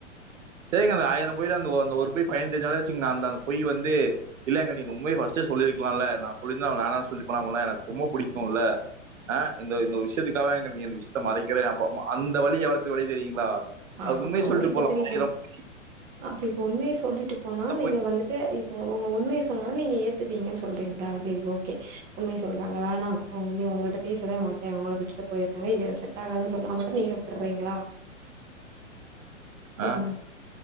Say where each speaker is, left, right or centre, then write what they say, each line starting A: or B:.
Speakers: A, on the right; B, on the right.
A: சேரிங்க அந்த ஆயிரோ பொய்ல அந்த அந்த ஒரு பொய் பையனுக்கு தெரிஞ்சாலாச்சி வெச்சுக்கங்க அந்த அந்த பொய் வந்து இல்லங்க நீங்க இந்த உண்மைய ஃபஸ்டே சொல்லி சொல்லிருக்கலால நா சொல்லிருந்தா அவ வேணான்னு சொல்லிருபால்ல அவள எனக்கு ரொம்ப புடிக்கு இல்ல அ இந்த இந்த ஒரு விஷயத்துக்காகவா என்கிட்ட நீ இந்த விஷத்த மறைக்கிறே அப்ப அந்த வலி எவ்ளோ பெரிய வலி தெரியுங்ளா
B: ஆ
A: அதுக்கு உண்மய
B: அப்போ
A: சொல்லிட்டு
B: இப்ப
A: போலா
B: தெரியுதா
A: ஆயிரோ பொய்யி
B: அப்ப இப்ப உண்மையை சொல்லிட்டு போனா நீங்க
A: பொய்
B: வந்துட்டு இப்ப உங்க உண்மையை சொன்னா நீங்க ஏத் த்துப்பீங்கன்னு சொல்றீங்களா செரி ஓகே உண்மைய சொல்றாங்க வேணா நீ உங்களிட்ட பேசவே மாட்டே உங்கள விட்டு விட்டுட்டு போய்ருங்க இது எனக்கு செட் ஆகாதுன்னு சொன்னா மட்டு நீங்க விட்டுறீங்களா சொல்லுங்க
A: அ